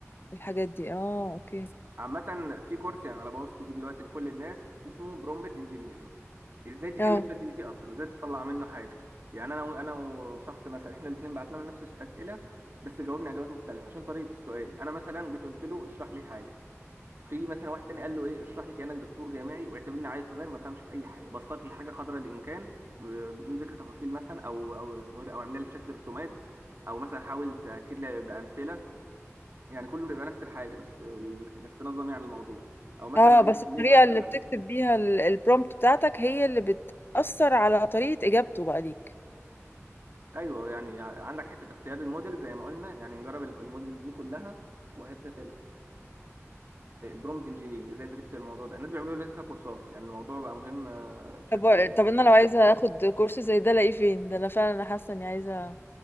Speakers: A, on the left (about 45°); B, on the right (about 50°).
A: الحاجات دي اه اوكي
B: عامة في كورس يعني انا بوصي بيه دلوقتي لكل الناس اسمه برومبت انجينيرنج ازاي تكلم
A: اه
B: شات جي بي تي اصلا ازاي تطلع منه حاجة يعني انا و- انا وشخص مثلا احنا الاثنين بعتنا له نفس الاسئلة بس جاوبنا اجابات مختلفة عشان طريقة السؤال انا مثلا جيت قلت له اشرح لي حاجة وفي مثلا واحد تاني قال له ايه اشرح لي كأنك دكتور جامعي واعتبرني عيل صغير ما فهمش في اي حاجة بسط لي الحاجة قدر الامكان ب- بدون ذكر تفاصيل مثلا او او اسمه ايه ده او اعملها لي بشكل رسومات او مثلا حاول تاكد لي بامثله يعني كله بيبقى نفس الحاجه بس ال- انك تنظم يعني الموضوع او مثلا
A: اه
B: عايز
A: بس
B: يحل
A: الطريقة
B: لي مساله
A: اللي بتكتب بيها البرومبت بتاعتك هي اللي بتأثر على طريقة اجابته بقى ليك
B: ايوه يعني ع- عندك حته اختيار الموديل زي ما قلنا يعني نجرب ال- الموديلز دي كلها وحته البرومت انجينيرنج ازاي انت تكتب الموضوع ده الناس بيعملوا دلوقتي فيها كورسات يعني الموضوع بقى مهم آه، بشكل
A: طب
B: زياده
A: طب
B: شويه
A: انا لو عايزة اخد كورس زي ده الاقيه فين ده انا فعلا حاسة اني عايزة